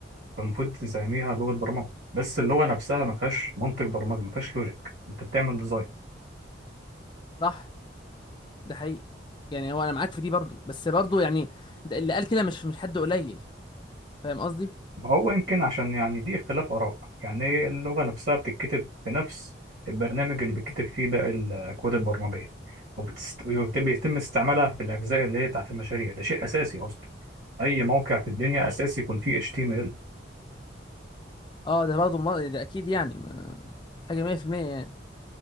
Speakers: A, on the right; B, on the left.
A: فالمفروض تسميها لغة برمجة بس اللغة نفسها ما فيهاش منطق برمجي ما فيهاش لوجيك انت بتعمل ديزاين
B: صح ده حقيقي يعني هو انا معاك في دي برضو بس برضو يعني ده اللي قال كده مش مش حد قليل فاهم قصدي
A: ما هو يمكن عشان يعني دي اختلاف آراء يعني اللغة نفسها بتتكتب في نفس البرنامج اللي بتكتب فيه باقي الأكواد البرمجية وبتست- وبيتم بيتم استعمالها في الأجزاء اللي هي بتاعت المشاريع ده شيء أساسي أصلا أي موقع في الدنيا أساسي يكون فيه HTML
B: اه ده برضو ما- ده اكيد يعني ما- حاجه 100% يعني